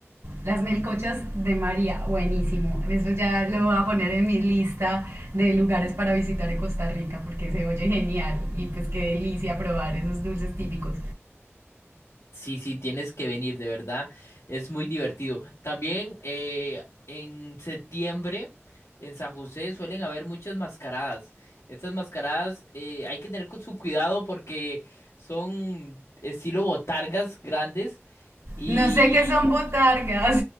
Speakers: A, on the right; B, on the left.
A: Las melcochas de María. Buenísimo. Eso ya lo voy a poner en mi lista de lugares para visitar en Costa Rica porque se oye genial y pues qué delicia probar esos dulces típicos.
B: Sí, sí, tienes que venir, de verdad. Es muy divertido. También eh, en septiembre en San José suelen haber muchas mascaradas. Estas mascaradas eh, hay que tener con su cuidado porque son estilo botargas grandes y
A: No sé qué son botargas.